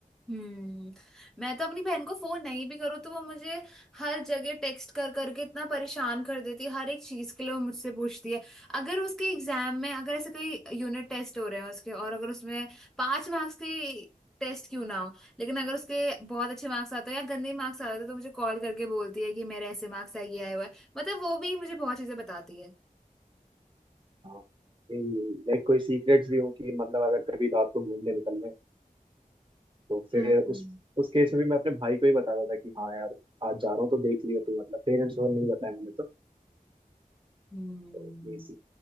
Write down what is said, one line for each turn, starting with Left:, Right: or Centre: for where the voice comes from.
Centre: हम्म मैं तो अपनी बहन को फोन नहीं भी करूँ तो वो मुझे हर जगह टेक्स्ट कर करके इतना परेशान कर देती है हर एक चीज के लिए वो मुझसे पूछती है अगर उसके एग्जाम में अगर ऐसे कोई यूनिट टेस्ट हो रहे हैं उसके और अगर उसमें पांच मार्क्स के टेस्ट क्यों ना हो लेकिन अगर उसके बहुत अच्छे मार्क्स आते हैं या गंदे मार्क्स आते हैं तो मुझे कॉल करके बोलती है कि मेरे ऐसे मार्क्स आए ये आए हुए हैं। मतलब वो भी मुझे बहुत चीजें बताती है
Right: हाँ लाइक कोई सीक्रेट्स भी हो कि मतलब अगर कभी रात को घूमने निकल गए तो फिर
Centre: हम्म हम्म।
Right: उस उस केस में भी मैं अपने भाई को ही बता रहा था कि हाँ यार आज जा रहा हूँ तो देख लियो तू मतलब पेरेंट्स को नहीं बताया मैंने तो,
Centre: हम्म
Right: तो ये सी